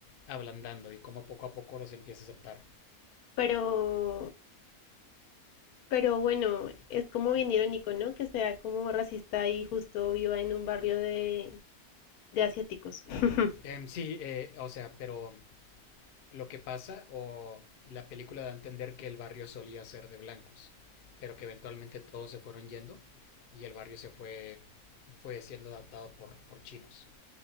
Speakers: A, on the left; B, on the left.
A: ablandando y cómo poco a poco los empieza a aceptar.
B: pero, pero bueno, es como bien irónico, ¿no? Que sea como racista y justo viva en un barrio de, de asiáticos. <laughs>
A: Em, sí, eh, o sea, pero Lo que pasa, o la película da a entender que el barrio solía ser de blancos, pero que eventualmente todos se fueron yendo y el barrio se fue, fue siendo adaptado por, por chinos.